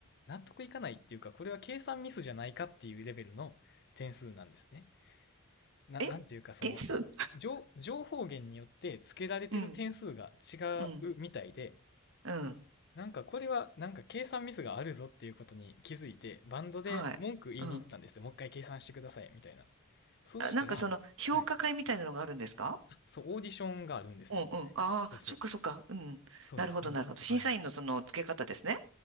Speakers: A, on the left; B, on the right.
A: 納得いかないっていうか、これは計算ミスじゃないかっていうレベルの点数なんですね。な、
B: え、
A: なんていうか、その、
B: 点数
A: 情、情報源によって付けられてる点数が違うみたいで、
B: うん、うん、うん。
A: なんかこれはなんか計算ミスがあるぞっていうことに気づいて、バンドで文句言いに行ったんですよ。
B: はい。うん。
A: もう一回計算してください、みたいな。そうしたら、
B: あ、なんかその、評価会みたいなのがあるんですか
A: はい。そう、オーディションがあるんですよ。
B: うんうん。ああ、
A: そうそう。
B: そっかそっか。うん。
A: そうです。
B: なるほど、
A: そんはいはい。
B: なるほど。審査員のその付け方ですね。